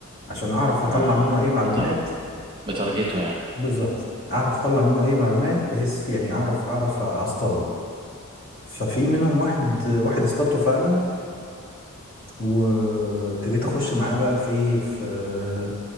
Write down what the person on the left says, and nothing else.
عشان اعرف
اطلع منه اي معلومات
بالظبط اعرف اطلع منه اي معلومات بحيث يعني اعرف اعرف اصطاده ففي منهم واحد آه، واحد اصطادته فعلا وابتديت اخش معاه بقى في ايه في آه،